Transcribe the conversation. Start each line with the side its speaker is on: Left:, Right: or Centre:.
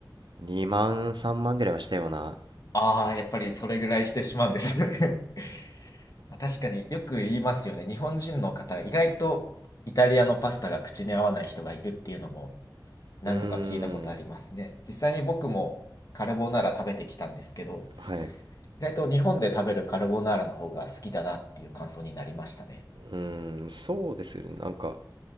Right: 2万3万ぐらいはしたような
Left: ああ、やっぱりそれぐらいしてしまうんですね <laughs> まあ確かによく言いますよね。日本人の方、意外とイタリアのパスタが口に合わない人がいるっていうのも何度か聞いたことありますね。
Right: うーん
Left: 実際に僕もカルボナーラ食べてきたんですけど、
Right: はい、
Left: 意外と日本で食べるカルボナーラの方が好きだなっていう感想になりましたね。
Right: うーん、そうですよね。なんか、